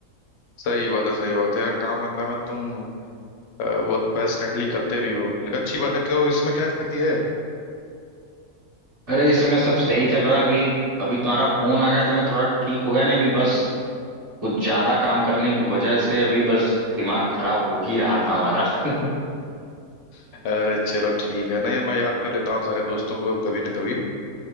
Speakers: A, on the left; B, on the right.
A: सही बात है सही बात है यार काम धंधा में तुम अ, बहुत पैशनेटली करते भी हो लेकिन अच्छी बात है क्यों इसमें क्या स्थिति है
B: अरे इस समय सब सही चल रहा है अभी अभी तुम्हारा फोन आ गया तो मैं थोड़ा ठीक हो गया नहीं अभी बस कुछ ज्यादा काम करने की वजह से अभी बस दिमाग खराब हो ही रहा था हमारा <laughs>
A: अरे चलो ठीक है नहीं मैं याद कर लेता हूँ सारे दोस्तों को कभी ना कभी